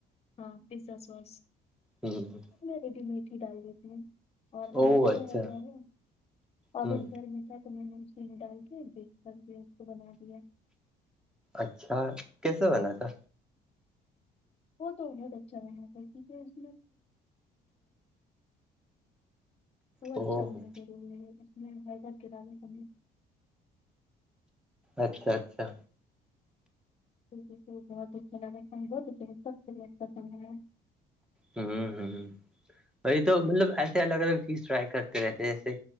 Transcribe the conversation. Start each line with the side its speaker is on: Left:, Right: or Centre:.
Left: ہاں پزا سوس
Centre: ہوں
Left: بھی میٹھی ڈال دیتی ہیں اور اون
Centre: او اچھا
Left: س ایسا ہے اون
Centre: ہ
Left: گھر میں س تو میں نے اسی میں ڈال کے بریک فاسٹ بھی اس کو بنا دیا
Centre: اچھا کیسے بنا تھا
Left: وہ تو بہت اچھا رہات تھا کیکہ اس وہ
Centre: او
Left: اچھا ہونے روری ہے اس میںزر کرانے س
Centre: اچھا اچھا
Left: جی تو بہت اچھا لگا بہت اچھا لگا سب سے اا سم ہے
Centre: ہ ہ ہ وہی تو مطلب ایسے الگ الگ چیز ٹرائی کرتے رہتے جیسے